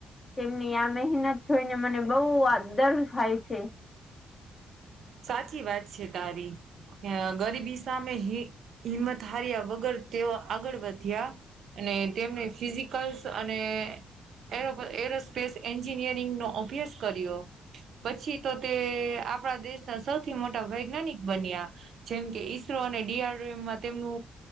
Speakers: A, on the left (about 30°); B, on the right (about 65°).
A: તેમની આ મહેનત જોઈને, મને બઉુ આદર થાય છે.
B: સાચી વાત છે, તારી અ ગરીબી સામે હિંમત હાર્યા વગર તેઓ આગળ વધ્યા અને તેમને ફિઝિકલ્સ અને એરો એરોસ્પેસ એન્જિનિયરિંગ નો અભ્યાસ કર્ય પછી તો તે આપણા દેશ સૌથી મોટા વૈજ્ઞાનિક બન્યા જેમ કે ઈસરો અને ડીઆરમાં તેમનુ